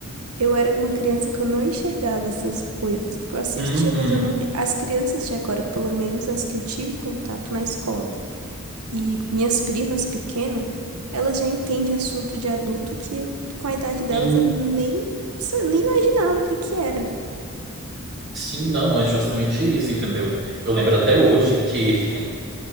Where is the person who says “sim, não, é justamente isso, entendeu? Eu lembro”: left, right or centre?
Right